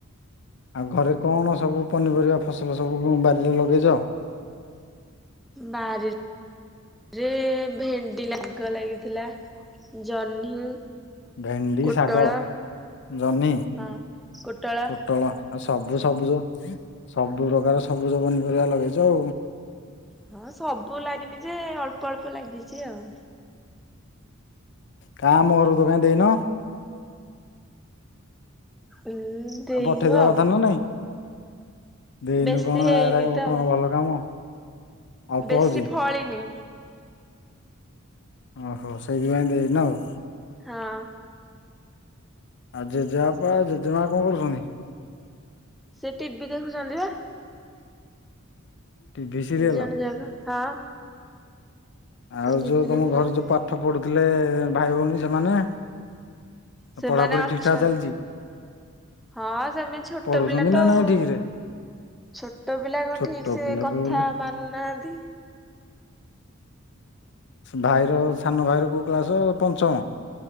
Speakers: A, on the left; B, in the centre.
A: ଆଉ ଘରେ କଣ ସବୁ ପନିପରିବା ଫସଲ ସବୁ ବାରିରେ ଲଗେଇଛ?
B: ବାରି ରେ ଭେଣ୍ଡି ଲାଗ ଲାଗିଥିଲା ଜହ୍ନି
A: ଭେଣ୍ଡି
B: କୋଟଳ
A: ଶାଗ ଜହ୍ନି,
B: ହଁ କୋଟଳ।
A: ପୋଟଳ ଆଉ ସବୁ ସବୁଜ ସବୁ ପ୍ରକାର ସବୁଜ ପନିପରିବା ଲଗେଇଛ ଆଉ।
B: ହଁ ସବୁ ଲାଗିନି ଯେ ଅଳ୍ପ ଅଳ୍ପ ଲାଗିଛି ଆଉ।
A: କା ଆମ ଘରକୁ ତ କାଇଁ ଦେଇନ?
B: ଉଁ ଦେଇନୁ
A: ଆଉ ପଠେଇଦବା
B: ଆଉ।
A: କଥା ନା ନାଇଁ। ଦେଇନୁ
B: ବେଶୀ
A: କଣ
B: ହେଇନି
A: ଏରା
B: ତ ଆଉ।
A: କଣ ଭଲ କାମ? ଅଳ୍ପ
B: ବେଶୀ
A: ହଉଛି।
B: ଫଳିନି।
A: ଓହୋ ସେଇଥିପାଇଁ ଦେଇିନ ଆଉ।
B: ହଁ।
A: ଆଉ ଜେଜେବାପା ଜେଜେମା କଣ କରୁଛନ୍ତି?
B: ସେ ଟିଭିି ଦେଖୁଛନ୍ତି ବା।
A: ଟିଭି ସିରିଏଲ
B: ଦି ଜଣ ଜାଗ ହଁ।
A: ଆଉ
B: ସେ ଟିଭି
A: ଯୋଉ ତମ
B: ଦେଖୁଛନ୍ତି।
A: ଘରେ ଯୋଉ ପାଠ ପଢୁଥିଲେ ଭାଇ ଭଉଣୀ ସେମାନେ?
B: ସେମାନେ
A: ପଢାପଢି
B: ଅଛନ୍ତି
A: ଠିକ ଠାକ ଚାଲିଛି?
B: ହଁ ସେମି ଛୋଟ
A: ପଢୁଛନ୍ତି
B: ପିଲା ତ
A: ନା ନାଇଁ
B: ଆଉ।
A: ଠିକ ରେ?
B: ଛୋଟ ପିଲା କଣ
A: ଛୋଟ
B: ଠିକ ସେ
A: ପିଲା
B: କଥା
A: ତ ବୋଲେ
B: ମାନୁନାହାନ୍ତି।
A: ଭାଇର ସାନ ଭାଇର କୋଉ କ୍ଲାସ ପଞ୍ଚମ?